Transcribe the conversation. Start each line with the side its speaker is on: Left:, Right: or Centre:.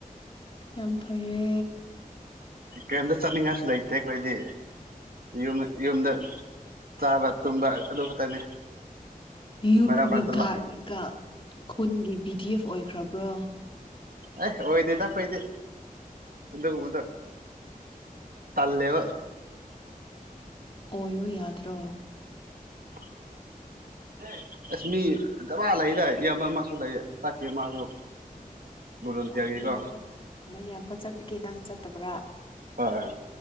Left: ꯌꯥꯝ ꯐꯩꯌꯦ
Right: ꯀꯔꯤꯝꯇ ꯆꯠꯅꯤꯡꯉꯥꯏꯁꯨ ꯂꯩꯇꯦ ꯑꯩꯈꯣꯏꯗꯤ ꯌꯨꯝ ꯌꯨꯝꯗ ꯆꯥꯕ ꯇꯨꯝꯕ ꯑꯗꯨ ꯈꯛꯇꯅꯤ
Left: ꯌꯨꯝꯒꯤ
Right: ꯃꯔꯛ ꯃꯔꯛꯇ
Left: ꯒꯥꯥꯔꯠꯒ
Right: ꯂꯥꯛ
Left: ꯈꯨꯟꯒꯤ ꯕꯤ ꯗꯤ ꯑꯦꯐ ꯑꯣꯏꯈ꯭ꯔꯕ꯭ꯔꯣ
Right: ꯑꯦ ꯑꯣꯏꯗꯤꯗꯈꯣꯏꯗꯤ ꯑꯗꯨꯒꯨꯝꯕꯗ ꯇꯂꯦꯕ
Left: ꯑꯣꯏꯌꯣ ꯌꯥꯗ꯭ꯔꯣ
Right: <inaudible> ꯑꯁ ꯃꯤ ꯗꯃ ꯂꯩꯗ ꯏꯌꯥꯝꯕ ꯑꯃꯁꯨ ꯂꯩ ꯆꯥꯛꯇꯦ ꯃꯥꯁꯨ <inaudible> ꯚꯣꯂꯨꯟꯇꯤꯌꯔꯒꯤꯀꯣ
Left: ꯑꯣ ꯅꯪ ꯏꯌꯥꯝꯕ ꯅ ꯏꯌꯥꯝꯕ ꯆꯠꯄꯤꯒꯦ ꯅꯪ ꯆꯠꯇꯕ꯭ꯔꯥ
Right: ꯍꯣꯏ